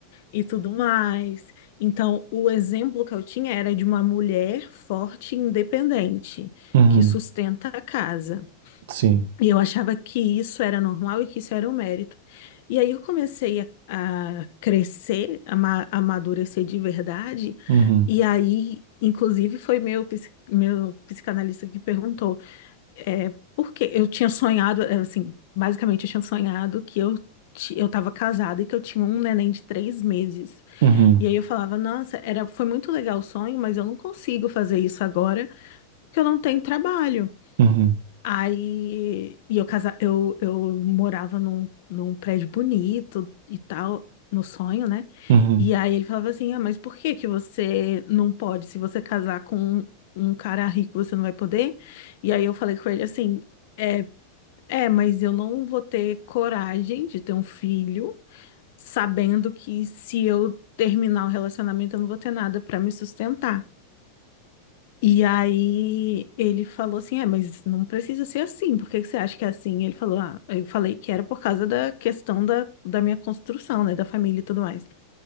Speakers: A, on the left (about 60°); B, on the right (about 65°).
A: e tudo mais. Então, o exemplo que eu tinha era de uma mulher forte e independente,
B: Uhum,
A: que sustenta a casa.
B: sim.
A: E eu achava que isso era normal e que isso era um mérito. E aí eu comecei a, a crescer, a, ma- a amadurecer de verdade.
B: Uhum,
A: E aí, inclusive, foi meu, psi- meu psicanalista que perguntou, é, por que eu tinha sonhado, é, assim, basicamente eu tinha sonhado que eu, ti- eu estava casada e que eu tinha um neném de três meses.
B: uhum,
A: E aí eu falava, nossa, era, foi muito legal o sonho, mas eu não consigo fazer isso agora, porque eu não tenho trabalho.
B: uhum,
A: Aí, e eu casa, eu, eu morava num, num prédio bonito e tal, no sonho, né?
B: uhum,
A: E aí ele falava assim, ah, mas por que que você não pode? Se você casar com um um cara rico, você não vai poder? E aí eu falei com ele assim, é, é, mas eu não vou ter coragem de ter um filho sabendo que se eu terminar o relacionamento, eu não vou ter nada para me sustentar. E aí ele falou assim: é, mas não precisa ser assim, por que que você acha que é assim? Ele falou: ah, eu falei que era por causa da questão da, da minha construção, né, da família e tudo mais.